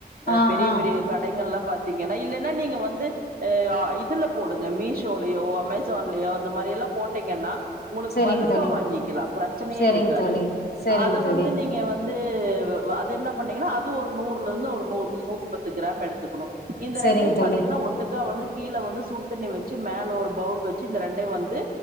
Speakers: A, on the right; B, on the left.
A: அ
B: ஆ
A: பெரிய
B: ஆ
A: பெரிய கடைங்கல்லா பாத்தீங்கனா இல்லைனா நீங்க வந்து அ ஆ இதுல போடுங்க மீஷோலயோ அமேசான்லயோ அந்த மாரி எல்லா போட்டைங்கன்னா உங்களுக்
B: செரிங்க
A: பல்கா
B: தோழி
A: வாங்கிக்கலா பிரச்சனையே
B: செரிங்க
A: இருக்காது
B: தோழி செரிங்க
A: அத
B: தோழி
A: வந்து நீங்க வந் வந்து வ அதென்ன பண்ணீங்கனா அது ஒரு நூறுலருந்து ஒரு நூறு நூத்தி பத்து கிராம் எடுத்துக்கணு இந்த
B: செரிங்க
A: ரெண்டையு
B: தோழி
A: பாத்தீங்கனா ஒட்டுக்கா வந்து கீழ வந்து சுடு தண்ணி வச்சி மேல ஒரு பவுல் வச்சி இந்த ரெண்டையு வந்து